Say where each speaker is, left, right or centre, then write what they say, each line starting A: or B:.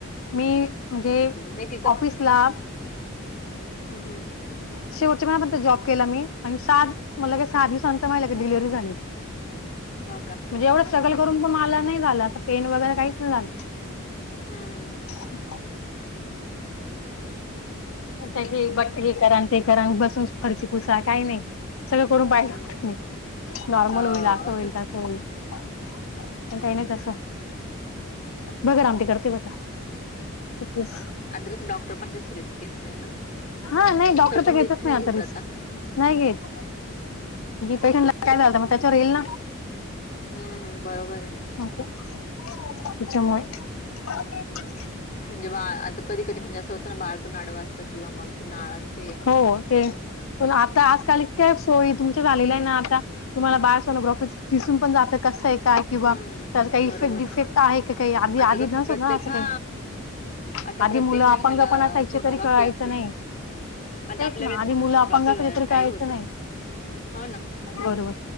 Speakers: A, on the left; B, on the left.
A: मी म्हणजे
B: हं, नाही तिचं
A: ऑफिसला
B: हम् हम्म.
A: शेवटच्या महिन्यापर्यंत जॉब केला मी आणि सात मग लगेच सहा दिवसानंतर माझी लगेच डिलेव्हरी झाली.
B: हो का?
A: म्हणजे एवढं स्ट्रगल
B: अरे वाह!
A: करून पण मला नाइ झालं असं पेन वगैरे काहीच नाय झालं.
B: हम्म.
A: <inaudible> खुप काही काही हे बट हे करान ते करान बसूनच फरशी पुसा काय नाइ सगळं करून पाहिलं
B: हं.
A: होत मी नॉर्मल
B: हो.
A: होईल असं होईल तसं होईल- पण
B: हं.
A: काही नाही तसं. भगर आमटी करतेय बेटा अच् <unintelligible>
B: आता कसं डॉक्टर पण जास्त रिस्क येत नाही ना
A: हा नाही डॉक्टर
B: पण
A: तर
B: रिस्क
A: घेतच नाही आता
B: घेत
A: र
B: हं.
A: नाही घेत- पेशं काय झाल मग त्याच्या येईल ना-
B: हम्म बरोबर आहे ना-
A: त्याच्यामुळे-
B: म्हणजे बाळ आता कधी कधी म्हणजे असं होतं ना बाळ पण अडवा असतं किंवा मग ती नाळ असतं-
A: हो ते ही पण आता आजकाल- इतक्या सोयी तुमच्या झालेल्या आहे ना आता तुम्हाला बाळ सोनोग्राफी दिसून पण जात कसं आहे. काय किंवा
B: हम्म
A: तर काही
B: बरोबर
A: इफेक्ट डिफेक्ट आहे का काही आधी
B: आता
A: आधी
B: कसं
A: नसोध
B: प्रत्येक
A: असं
B: हा
A: काही-
B: आता
A: आधी
B: प्रत्येक
A: मुलं
B: महिन्याला
A: अपंग पण असायचे
B: सोनोग्राफी
A: तरी कळायचं
B: असते.
A: नाही.
B: आता
A: तेच
B: आपल्या
A: ना
B: वेळेस
A: आधी
B: कुठ
A: मुलं
B: सोनोग्राफी
A: अपंग असली तरी
B: काही
A: कळायचं
B: होतं-
A: नाही
B: हो ना
A: बरोबर